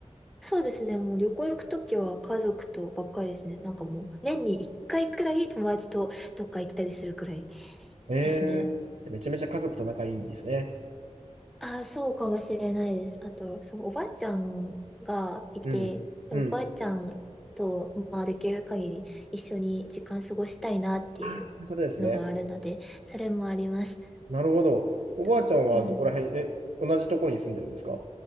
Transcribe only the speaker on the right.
ええー。
じゃあめちゃめちゃ家族と仲いいんですね。
うん。
うん。
あ、そういうことですね。
なるほど。おばあちゃんはどこら辺、
え、同じところに住んでるんですか